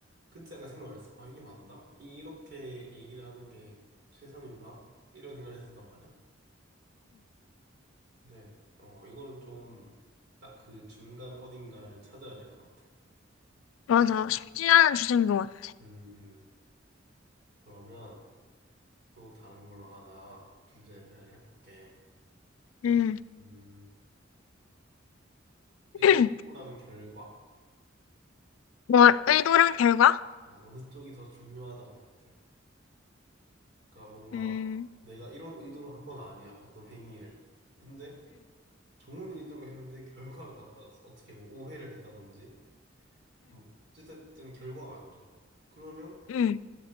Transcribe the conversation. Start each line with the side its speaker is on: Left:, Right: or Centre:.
Right: 그때 약간 생각을 했어. 아 이게 맞나? 이렇게 얘기를 하는 게 최선인가? 이런 생각을 했었단 말이야. 근데 어 이거는 좀 딱 그 중간 어딘가를 찾아야 될 것 같아.
Left: 맞아. 쉽지 않은 주제인 것 같아.
Right: 음, 음. 그러면 또 다른 걸로 하나 주제를 해볼게.
Left: 응응
Right: 음, 의도랑
Left: <clears throat>
Right: 결과.
Left: 뭐, 의도랑 결과?
Right: 어, 어느 쪽이 더 중요하다고 생각해. 그러니까 뭔가
Left: 응응응응응응응
Right: 내가 이런 의도로 한 건 아니야. 어떤 행위를. 근데 좋은 의도로 했는데 결과는 나빠졌어. 어떻게 뭐 오해를 했다든지. 뭐 어쨌든 결과가 안 좋아. 그러면
Left: 응,